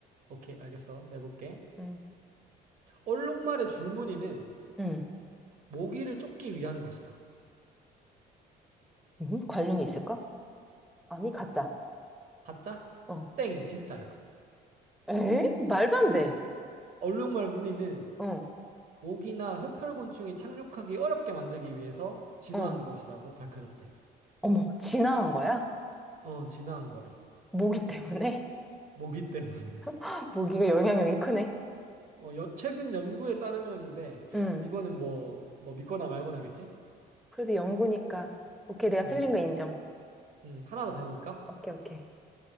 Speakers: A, on the right (about 50°); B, in the centre.
A: 오케이, 알겠어. 내볼게.
B: 음,
A: 얼룩말의 줄무늬는
B: 음,
A: 모기를 쫓기 위한 것이다.
B: 음, 관련이 있을까? 아니, 가짜.
A: 가짜?
B: 어.
A: 땡, 진짜야.
B: 에? 말도 안 돼.
A: 얼룩말 무늬는
B: 어,
A: 모기나 흡혈곤충이 착륙하기 어렵게 만들기 위해서 진화한
B: 어.
A: 것이라고 밝혀졌대.
B: 어머, 진화한 거야?
A: 어, 진화한 거래.
B: 모기 때문에?
A: 모기 때문에.
B: <laughs> 모기가 영향력이 크네.
A: <laughs> 어, 여- 최근 연구에 따르면인데,
B: 음,
A: 이거는 뭐, 뭐 믿거나 말거나겠지?
B: 그래도 연구니까. 오케이, 내가
A: 음,
B: 틀린 거 인정.
A: 음, 하나만 더 해볼까?
B: 오케이, 오케이.